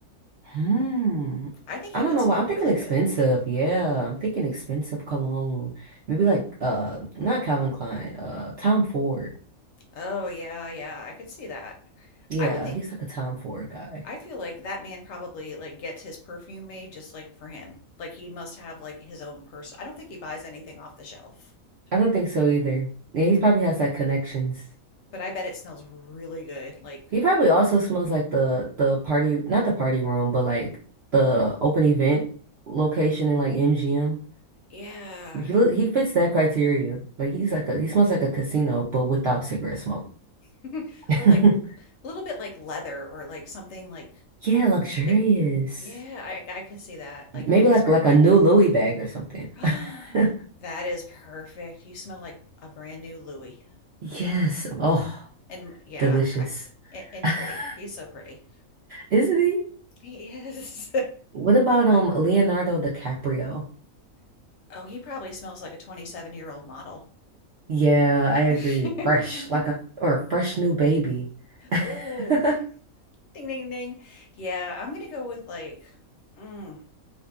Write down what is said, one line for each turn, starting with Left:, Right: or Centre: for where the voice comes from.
Right: Hmm.
Left: I think
Right: I
Left: he
Right: don't
Left: would
Right: know
Left: smell
Right: why. I'm
Left: really
Right: thinking expensive.
Left: good.
Right: Yeah, I'm thinking expensive cologne. Maybe like uh not Calvin Klein, uh Tom Ford.
Left: Oh yeah, yeah, I could see that.
Right: Yeah,
Left: I would think
Right: he's like a Tom Ford guy.
Left: I feel like that man probably like gets his perfume made just like for him. Like he must have like his own person. I don't think he buys anything off the shelf,
Right: I don't think so either. Yeah, he probably has like connections.
Left: but I bet it smells really good. Like
Right: He probably also smells like the the party, not the party room, but like the open event location in like MGM.
Left: yeah.
Right: He he look he fits that criteria. Like he's like a he smells like a casino, but without cigarette smoke.
Left: <laughs>
Right: <laughs>
Left: Or like a little bit like leather or like something like
Right: Yeah, luxurious.
Left: it, yeah, I I could see that. Like
Right: Maybe
Left: he just
Right: like
Left: remind
Right: like a new Louis bag or something.
Left: <gasps>
Right: <laughs>
Left: That is perfect. You smell like a brand new Louis.
Right: Yes. Oh,
Left: And yeah,
Right: delicious.
Left: I c-
Right: <laughs>
Left: a- and pretty. He's so pretty.
Right: Isn't he?
Left: He is.
Right: What about um Leonardo DiCaprio?
Left: <laughs> oh, he probably smells like a 27 year old model.
Right: Yeah, I agree.
Left: <laughs>
Right: Fresh, like a or a fresh new baby. <laughs>
Left: oh, ding, ding, ding. Yeah, I'm going to go with like, mm,